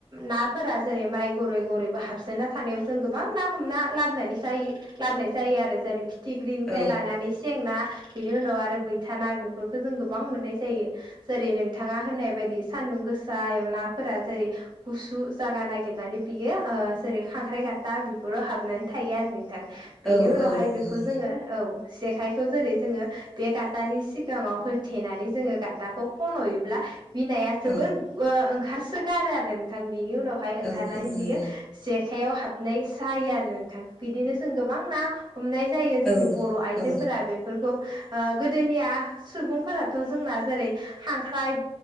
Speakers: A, on the right; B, in the centre.
A: ना फोर जेरै माइ गरै गरैबो हाबसोना थानायाव जों गोबां ना हमना लाबोनानै जायो लाबनाय जायो आरो जेरै फिथिख्रिनिफ्राय
B: औ
A: लानानै सेंना बेनि उनाव आरो बैथाना बेफोरखौ जों गोबां मोननाय जायो। जेरै नोंथाङा होननाय बायदि सान्दुं गोसा आयनााफोरा जेरै गुसु जागा नागिरनानै बियो ओ जेरै खांख्राइ गाथा बेफोराव हाबनानै थायो आरो नोंथां बेनि
B: औ
A: उनावहाय
B: औ नंगौ
A: बेखौ जोङो औ जेखाइखौ जेरै जोङो बे गाथानि सि गाङाव होथेनानै जोङो गाथाखौ खन'योब्ला बिनाया जोबोर
B: औ
A: ओ ओंखारसोगारो आरो नोंथां बिनि उनावहाय ओंखारनानै
B: औ औ
A: बियो
B: नंगौ
A: जेखाइआव हाबनाय जायो आरो नोंथां बिदिनो जों गोबां ना हमनाय जायो जोंनि
B: औ
A: बर' आइजोफोरा
B: औ
A: बेफोरखौ आ गोदोनिया सुबुंफोराथ' जोंना जेरै खांख्राय